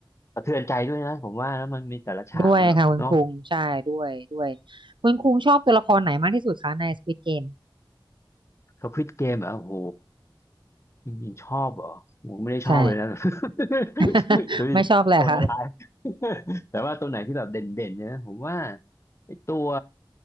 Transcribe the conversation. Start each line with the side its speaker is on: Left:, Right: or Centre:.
Left: สะเทือนใจด้วยนะผมว่าแล้วมันมีแต่ละฉากมันแบบเนาะ
Right: ด้วยค่ะคุณคุงใช่ด้วยด้วยคุณคุงชอบตัวละครไหนมากที่สุดคะใน Squid Game
Left: สควิดเกมอ่ะโอ้โหจริงๆชอบเหรอผมไม่ได้ชอบเลยนะ
Right: ใช่
Left: <laughs>
Right: <laughs>
Left: ตัวนี้ตัวร้าย
Right: ไม่ชอบเลยค่ะ
Left: ๆแต่ว่าตัวไหนที่แบบเด่นๆเนี่ยผมว่าไอ้ตัว